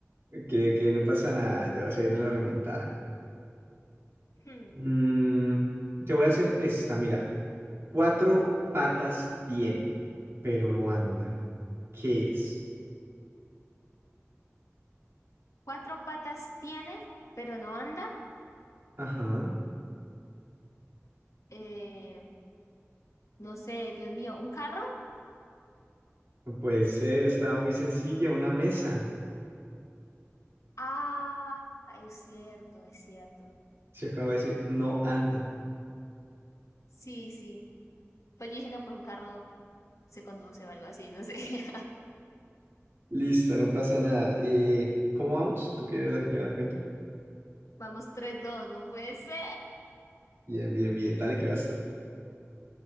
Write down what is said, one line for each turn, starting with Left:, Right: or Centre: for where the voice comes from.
Right: Que, que no pasa nada, ya se viene la remontada.
Left: Hmm.
Right: Mm, te voy a hacer esta, mira. Cuatro patas tiene, pero no anda. ¿Qué es?
Left: Cuatro patas tiene, pero no anda.
Right: Ajá,
Left: Eh, no sé, Dios mío, ¿un carro?
Right: no puede ser, estaba muy sencilla, una mesa.
Left: Ah, es cierto, es cierto.
Right: Se acaba de decir, no anda.
Left: Sí, sí. Pues yo dije, no, pues un carro se conduce o algo así, no sé. <laughs>
Right: Listo, no pasa nada. Eh, ¿cómo vamos? ¿Tú que eres la que lleva la cuenta?
Left: Vamos, tres, dos, no puede ser.
Right: Bien, bien, bien, dale que vas tú.